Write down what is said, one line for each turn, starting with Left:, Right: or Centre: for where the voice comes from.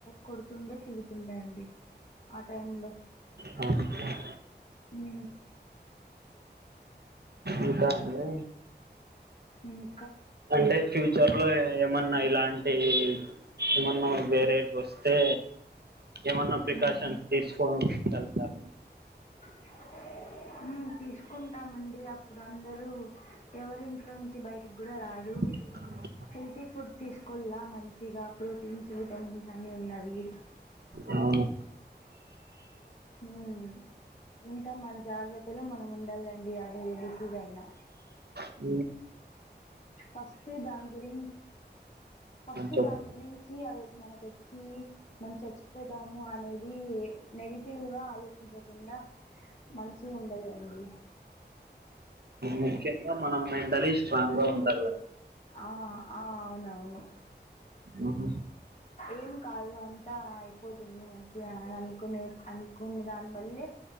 Left: కొడుతుండే తిడుతుండే అండి ఆ టైమ్ లో
Right: ఆ
Left: ఉ
Right: ఇంకా అండి
Left: మ్
Right: అంటే ఫ్యూచర్ లో ఏం మన్నా ఇలాంటి ఏమన్నా వేరేట్ వోస్తే ఏమన్నా ప్రికాషన్స్
Left: ఉమ్
Right: తీసుకోన్ కలుతారు
Left: <unintelligible> <inaudible> మ్ తీసుకుంటామండి అప్పుడు అందరూ ఎవరి ఇంట్లో నుంచి బయటిక్ కూడా రాడు
Right: <unintelligible> <inaudible>
Left: హెల్తీ ఫుడ్ తీసుకొల్లా మంచిగా ప్రోటీన్స్, విటమిన్స్ అన్ని ఉన్నవి
Right: అవును
Left: మ్ ఇంకా మన జాగ్ర త్తలో మనం ఉండాలండి అది ఏ డిసీజ్ అయినా
Right: ఉ
Left: ఫస్ట్ దాన్ గురించ్ ఫస్ట్
Right: చెప్
Left: దాని గురించి అదోట్ మనక్ వచ్చి మన్ చచ్చిపోతాము అనేది నెగిట్ టివ్ గా ఆలోచించకుండా మంచిగుండలి అండి
Right: ముఖ్యంగా మనం మెంటల్లి స్ట్రాంగ్ గా ఉండాల్ల
Left: ఆ ఆ అవునవును
Right: ఆహా
Left: ఏం కాదు అంతా అయిపోతుంది మంచిగా అని అనుకునే అనుకుని దానివల్లే